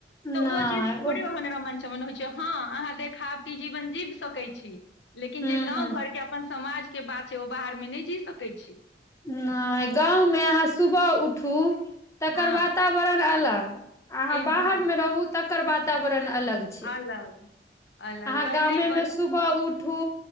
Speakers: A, on the left; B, on the left.
A: नहि
B: त ओ चीज थोड़े
A: ओ
B: ओहन रमन चमन होइ छै हा अहाँ देखाबटी जीवन जीब सकै छी लेकिन
A: हूँ
B: जे गाँव-घर के अपन समाज के बात छै ओ बाहर मे नै जी सकै छी
A: नै गाँव में अहाँ सुबह उठू तकर
B: हँ
A: वातावरण अलग अहाँ
B: से हँ
A: बाहर में रहू तकर वातावरण अलग छै
B: अलग-अलग
A: अहाँ
B: बर
A: गामे
B: नै बर
A: मे सुबह उठू